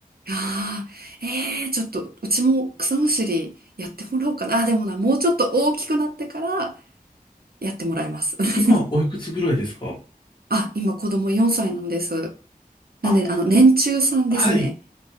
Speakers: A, on the right (about 80°); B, on the left (about 30°).
A: ああ、ええー、ちょっと、うちも草むしりやってもらおうかな。あ、でもな、もうちょっと大きくなってからやってもらいます。<laughs>
B: 今、おいくつぐらいですか
A: あ、今子供4歳なんです。なんで、
B: あ、
A: あの、年中さんですね。
B: はい。